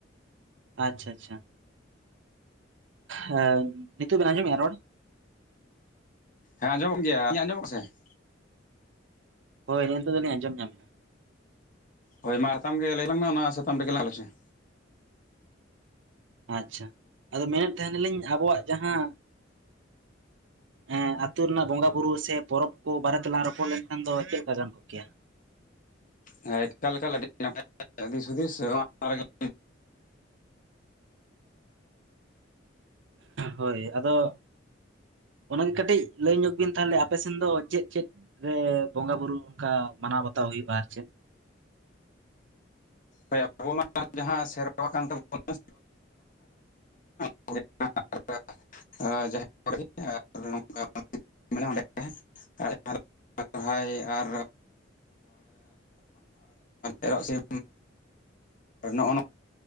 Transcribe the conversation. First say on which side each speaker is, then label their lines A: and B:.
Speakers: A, on the right (about 70°); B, on the left (about 45°).
A: ᱟᱪᱪᱷᱟᱻ ᱟᱪᱪᱷᱟᱻ᱾ ᱦᱮᱸ ᱱᱤᱛᱳᱜ ᱵᱤᱱ ᱟᱡᱚᱢᱮᱜᱼᱟ ᱨᱚᱲ?
B: ᱦᱮᱸᱚᱢᱚᱜ ᱜᱮᱭᱟᱧ ᱟᱞᱤᱧᱟᱜ ᱟᱡᱚᱢᱚᱜ ᱠᱟᱱᱟ ᱥᱮ?
A: ᱦᱳᱭ ᱦᱮᱜ ᱱᱤᱛᱳᱚ ᱫᱚᱞᱤᱧ ᱟᱸᱚᱢ ᱧᱟᱢᱮᱜᱼᱟ᱾
B: ᱦᱳᱭ ᱢᱟ ᱥᱟᱛᱟᱢ ᱜᱮ ᱞᱟᱹᱭ ᱟᱞᱟᱝ ᱢᱮ ᱚᱱᱟ ᱥᱟᱛᱟᱢ ᱨᱮᱜᱮ ᱞᱟᱝ ᱟᱞᱳᱪᱚᱱᱟ
A: ᱟᱪᱪᱷᱟ ᱟᱫᱚ ᱢᱮᱱᱮᱫ ᱛᱟᱦᱮᱸᱱᱟᱞᱤᱧ ᱟᱵᱚᱣᱟᱜ ᱡᱟᱦᱟᱸ ᱮᱸ ᱟᱹᱛᱳ ᱨᱮᱱᱟᱜ ᱵᱚᱸᱜᱟ ᱵᱩᱨᱩ ᱥᱮ ᱯᱚᱨᱚᱵᱽ ᱠᱚ ᱵᱟᱨᱮ ᱛᱮᱞᱟᱝ ᱨᱚᱯᱚᱲ ᱞᱮᱱᱠᱷᱟᱱ ᱫᱚ ᱪᱮᱫ ᱞᱮᱠᱟ ᱜᱟᱱ ᱠᱚᱜ ᱠᱮᱭᱟ?
B: ᱦᱮᱸ ᱮᱠᱟᱞᱮᱠᱟ ᱱᱟᱯᱟᱭ <unintelligible> ᱫᱤᱥ ᱦᱩᱫᱤᱥᱮ <unintelligible>
A: ᱦᱳᱭᱻ ᱟᱫᱚ ᱚᱱᱟᱜᱮ ᱠᱟᱹᱴᱤᱡ ᱞᱟᱹᱭ ᱧᱚᱜ ᱵᱤᱱ ᱛᱟᱦᱚᱞᱮ ᱟᱯᱮ ᱥᱮᱱ ᱫᱚ ᱪᱮᱫ ᱪᱮᱫ? ᱨᱮ ᱵᱚᱸᱜᱟ ᱵᱩᱨᱩ ᱚᱱᱠᱟ ᱢᱟᱱᱟᱣ ᱵᱟᱛᱟᱣ ᱦᱩᱭᱩᱜᱼᱟ ᱟᱨ ᱪᱮᱫ?
B: ᱦᱳ ᱟᱵᱚ ᱢᱟ ᱡᱟᱦᱟᱸ ᱥᱮᱨᱣᱟ ᱠᱟᱱ ᱛᱟᱵᱚᱱᱟ <unintelligible> ᱡᱟᱦᱮᱨᱜᱮ ᱟᱨ ᱱᱚᱝᱠᱟ ᱢᱮᱱᱟᱜᱼᱟ ᱚᱸᱰᱮ <unintelligible> <inaudible> <inaudible> ᱟᱨ ᱥᱚᱨᱦᱟᱭ ᱟᱨ ᱮᱨᱚᱜ ᱥᱤᱢ ᱱᱚᱜᱼᱚ ᱱᱚᱣᱟ <unintelligible>